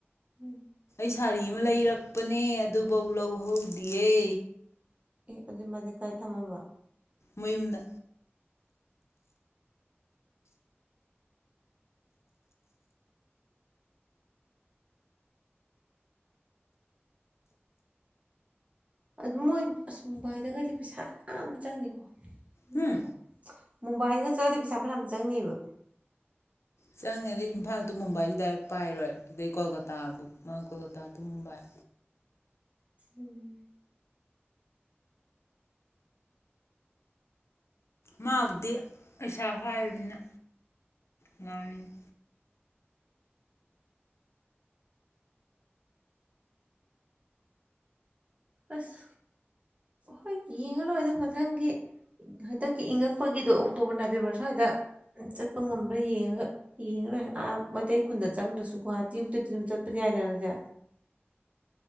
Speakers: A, on the right; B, on the left.
A: ꯎꯝ
B: ꯑꯩ ꯁꯥꯔꯤ ꯑꯃ ꯂꯩꯔꯛꯄꯅꯦ ꯑꯗꯨꯐꯧ ꯂꯧꯍꯧꯗꯌꯦ
A: ꯑꯗꯨꯖꯤ ꯃ ꯀꯥꯏ ꯊꯝꯕꯕ
B: ꯃꯌꯨꯝꯗ
A: ꯑꯗꯨ ꯃꯣꯏ ꯑꯁꯨꯝꯕꯥꯏꯗꯒꯗꯤ ꯄꯩꯁꯥ ꯌꯥꯝ ꯆꯪꯅꯤꯀꯣ ꯏꯝꯝ
B: ꯍꯨꯝ
A: <inaudible> ꯃꯨꯝꯕꯥꯏꯅꯒ ꯆꯠꯂꯗꯤ ꯄꯩꯁꯥ ꯐꯅꯌꯥꯝ ꯆꯪꯅꯤꯕ
B: ꯆꯪꯅꯤ ꯑꯗꯩ ꯏꯝꯐꯥꯜ ꯇꯨ ꯃꯨꯝꯕꯥꯏꯁꯨ ꯗꯥꯏꯔꯦꯛ ꯄꯥꯏꯔꯣꯏ ꯑꯗꯩ ꯀꯣꯜꯀꯇꯥꯕꯨꯛ ꯀꯣꯜꯀꯇꯥ ꯇꯨ ꯃꯨꯝꯕꯥꯏ
A: ꯎꯝ
B: ꯃꯥꯕꯨꯗꯤ ꯄꯁꯥ ꯍꯥꯏꯕꯅꯤꯅ ꯉꯥꯡꯔꯤꯅꯤ
A: ꯑꯁ ꯍꯣꯏ ꯌꯦꯡꯉ ꯂꯣꯏꯔꯦꯗ ꯃꯊꯪꯒꯤ ꯍꯟꯗꯛꯀꯤ ꯏꯪꯉꯛꯄꯒꯤꯗꯣ ꯑꯣꯛꯇꯣꯕꯔ ꯅꯕꯦꯝꯕꯔ ꯁ꯭ꯋꯥꯏꯗ ꯆꯠꯄ ꯉꯝꯕ꯭ꯔꯥ ꯌꯦꯡꯉꯒ ꯌꯦꯡꯉ ꯂꯣꯏꯔꯦ ꯑꯥ ꯃꯩꯇꯩ ꯈꯨꯟꯗ ꯆꯪꯗ꯭ꯔꯁꯨ ꯒꯨꯍꯥꯇꯤ ꯑꯨꯛꯇꯗꯤ ꯑꯗꯨꯝ ꯆꯠꯄꯗꯤ ꯌꯥꯏꯗꯅꯗꯤ